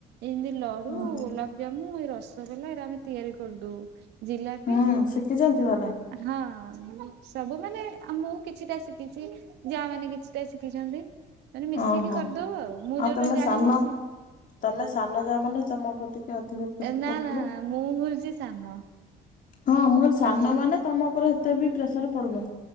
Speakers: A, on the right; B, on the left.
A: ଏମିତି ଲଡୁ
B: ହଁ ହଁ
A: ଗୋଲାପଜାମୁ ଏଇ ରସଗୋଲା ଏରା ଆମେ ତିଆରି କରିଦୋଉ। ଜିଲାପି
B: ହଁ ଶିଖିଛନ୍ତି ତାହେଲେ
A: ହଁ ସବୁ ମାନେ ଆ ମୁଁ କିଛିଟା ଶିକିଚି ଯା ମାନେ କିଛିଟା ଶିଖିଛନ୍ତି। ମାନେ ମିଶିକି
B: ଓହୋ
A: କରିଦଉ ଆଉ ମୁଁ ଯୋଉଟା
B: ତମେ
A: ଜାଣିନି
B: ସାନ
A: ସେ
B: ତମେ ସାନ ଯା ମାନେ ତମ ଉପରେ ଟିକେ ଅଧିକ ପ୍ରେଶ
A: ନା
B: ପଡୁଥିବ।
A: ନା ମୁଁ ହଉଛି ସାନ
B: ହଁ ମୁଁ କହିଲି ସାନ
A: ଆସ
B: ମାନେ ତମ ଉପରେ ଏତେ ବି ପ୍ରେସର ପଡୁନ